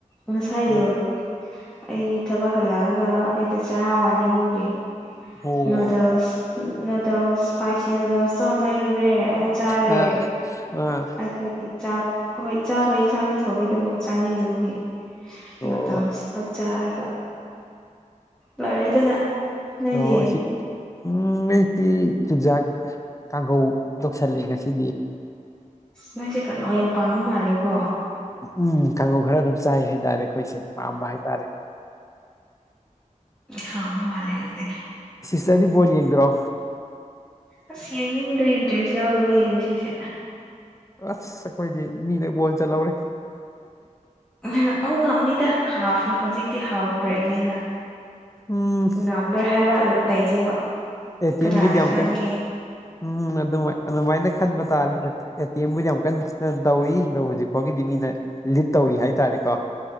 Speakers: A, in the centre; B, on the left.
A: ꯉꯁꯥꯏꯗꯣ
B: ꯑꯣ
A: ꯑꯩ ꯊꯕꯛ ꯍꯜꯂꯛꯑꯒ ꯑꯩꯗ ꯆꯔꯥ ꯋꯥꯅꯤꯡꯕꯒꯤ
B: ꯑꯣ
A: ꯅꯨꯗꯜꯁ ꯅꯨꯗꯜꯁ ꯏꯄꯥꯏꯁꯤ ꯅꯨꯗꯜꯁ ꯇꯣ ꯂꯩꯔꯨ ꯔꯦ ꯑꯃꯨꯛ ꯆꯥꯔꯦ
B: ꯑꯥ ꯑꯥ
A: <unintelligible> ꯍꯣꯏ <unintelligible> ꯆꯥꯅꯤꯡꯗꯕꯒꯤ
B: ꯑꯣ
A: ꯅꯨꯗꯜꯁ ꯈꯛ ꯆꯥꯔꯦ ꯂꯥꯏꯔꯦꯗꯅ ꯅꯣꯏꯗꯤ
B: ꯑꯣ ꯁꯤ ꯎꯝ ꯑꯩꯇꯤ ꯆꯨꯖꯥꯛ ꯀꯥꯡꯒꯧ ꯇꯧꯁꯜꯂꯦ ꯉꯁꯤꯗꯤ
A: ꯅꯪꯁꯦ ꯀꯥꯡꯉꯧ ꯌꯥꯝ ꯄꯥꯝꯕ ꯃꯥꯜꯂꯦꯀꯣ
B: ꯎꯝ ꯀꯥꯡꯉꯧ ꯈꯔ ꯗꯨꯝ ꯆꯥꯏ ꯍꯥꯏꯇꯥꯔꯦ ꯈꯣꯏꯁꯦ ꯄꯥꯝꯕ ꯍꯥꯏꯇꯥꯔꯦ
A: ꯍꯥꯎꯕ ꯃꯥꯜꯂꯦ ꯑꯗꯨꯗꯤ
B: ꯁꯔꯤꯇ꯭ꯔ ꯗꯤ ꯕꯣꯜ ꯌꯦꯡꯗꯔꯣ
A: ꯑ꯭ꯁ ꯌꯦꯡꯅꯤꯡꯗ꯭ꯔꯦ ꯏꯟꯇꯔꯦꯁ ꯌꯥꯎꯗꯕꯩ ꯅꯨꯡꯁꯤꯁꯦ
B: ꯑꯁ ꯑꯩꯈꯣꯏꯗꯤ ꯃꯤꯅ ꯕꯣꯟ ꯆꯟꯍꯧꯔꯦ
A: ꯑ ꯑꯧ ꯉꯝꯅꯤꯗ ꯍꯥꯐꯅ ꯍꯧꯖꯤꯛꯇꯤ ꯍꯥꯐ ꯕ꯭ꯔꯦꯛꯅꯤꯅ
B: ꯎꯝ
A: ꯉꯝꯔꯣꯏ ꯍꯥꯏꯕ ꯂꯩꯇꯦꯕ
B: ꯑꯦ ꯇꯤꯝꯕꯨꯗꯤ
A: ꯀꯅꯥꯅ
B: ꯌꯥꯝ
A: ꯈꯪꯉꯦ
B: ꯀꯟ ꯎꯝ ꯑꯗꯨꯃꯥꯏ ꯑꯗꯨꯃꯥꯏꯅ ꯈꯟꯕ ꯇꯥꯔꯦ ꯑꯦ ꯇꯤ ꯑꯦꯇꯦꯝꯕꯨꯗꯤ ꯌꯥꯝ ꯀꯟꯅ ꯇꯧꯋꯤ ꯑꯗꯣ ꯍꯧꯖꯤꯛ ꯐꯥꯎꯒꯤꯗꯤ ꯃꯤꯅ ꯂꯤꯠ ꯇꯧꯔꯤ ꯍꯥꯏꯇꯥꯔꯦꯀꯣ